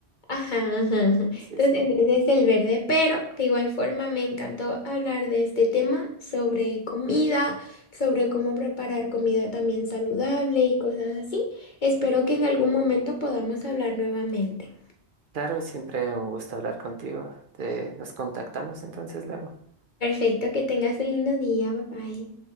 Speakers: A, on the left; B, on the right.
A: Ajá, ajá, ajá.
B: Sí,
A: Entonces,
B: sí, sí.
A: ese es el verde, pero de igual forma me encantó hablar de este tema sobre comida, sobre cómo preparar comida también saludable y cosas así. Espero que en algún momento podamos hablar nuevamente.
B: Claro, siempre un gusto hablar contigo. Te, nos contactamos entonces luego.
A: Perfecto, que tengas un lindo día, bye bye.